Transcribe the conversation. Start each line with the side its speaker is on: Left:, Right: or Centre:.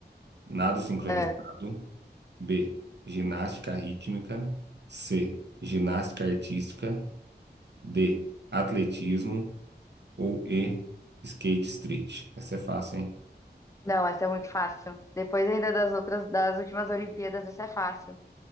Right: Nado sincronizado.
Left: É.
Right: B. Ginástica rítmica. C. Ginástica artística. D. Atletismo. ou E Skate Street. Essa é fácil, hein?
Left: Não, essa é muito fácil. Depois ainda das outras, das últimas Olimpíadas, essa é fácil.